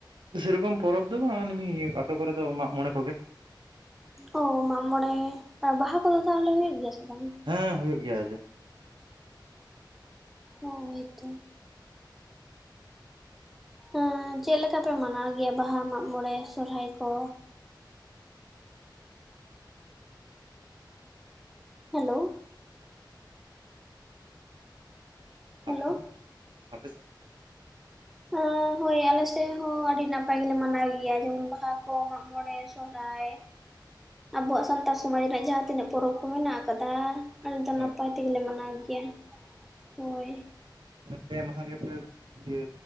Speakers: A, on the right; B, in the centre.
A: ᱥᱮᱨᱚᱠᱚᱢ ᱯᱚᱨᱚᱵᱽ ᱫᱚ ᱵᱟᱝ ᱚᱱᱮ ᱢᱤ ᱟᱛᱳ ᱠᱚᱨᱮ ᱫᱚ ᱢᱟᱜᱽ ᱢᱚᱬᱮ ᱠᱚᱜᱮ
B: ᱚ ᱢᱟᱜᱽᱢᱚᱬᱮ ᱟᱨ ᱵᱟᱦᱟ ᱠᱚᱫᱚ ᱛᱟᱦᱚᱞᱮ ᱦᱩᱭᱩᱜ ᱜᱮᱭᱟ ᱥᱮ ᱵᱟᱝ
A: ᱦᱮᱸ ᱦᱩᱭᱩᱜ ᱜᱮᱭᱟ
B: ᱦᱳᱭ ᱛᱚ ᱮᱸ ᱪᱮᱫ ᱞᱮᱠᱟ ᱯᱮ ᱢᱟᱱᱟᱣ ᱜᱮᱭᱟ ᱵᱟᱦᱟ ᱢᱟᱜᱽᱢᱚᱬᱮ ᱥᱚᱨᱦᱟᱭ ᱠᱚ?
A: <unintelligible>
B: ᱦᱮᱞᱳ ᱦᱮᱞᱳ
A: ᱟᱯᱮ ᱥᱮᱫ ᱫᱚ ᱟᱯᱮ ᱥᱮᱫ
B: ᱳ ᱦᱳᱭ ᱟᱞᱮ ᱥᱮᱫ ᱦᱚᱸ ᱟᱹᱰᱤ ᱱᱟᱯᱟᱭ ᱜᱮᱞᱮ ᱢᱟᱱᱟᱣ ᱜᱮᱭᱟ ᱡᱮᱢᱚᱱ ᱵᱟᱦᱟ ᱠᱚ ᱢᱟᱜᱽᱢᱚᱬᱮ ᱥᱚᱦᱨᱟᱭ ᱟᱵᱚᱣᱟᱜ ᱥᱟᱱᱛᱟᱲ ᱥᱚᱢᱟᱡᱽ ᱨᱮᱱᱟᱜ ᱡᱟᱦᱟᱸ ᱛᱤᱱᱟᱹᱜ ᱯᱚᱨᱚᱵᱽ ᱠᱚ ᱢᱮᱱᱟᱜ ᱟᱠᱟᱫᱟ ᱟᱞᱮ ᱫᱚ ᱱᱟᱯᱟᱭ
A: ᱦᱳᱭ
B: ᱛᱮᱜᱮ ᱞᱮ ᱢᱟᱱᱟᱣ ᱜᱮᱭᱟ ᱦᱳᱭ
A: ᱯᱮ ᱢᱟᱦᱟ ᱜᱮᱯᱮ ᱤᱭᱟᱹ